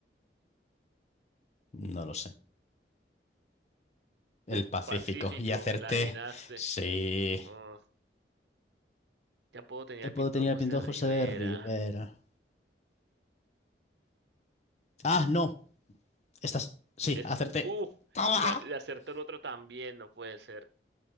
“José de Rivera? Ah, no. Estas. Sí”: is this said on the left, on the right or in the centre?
Left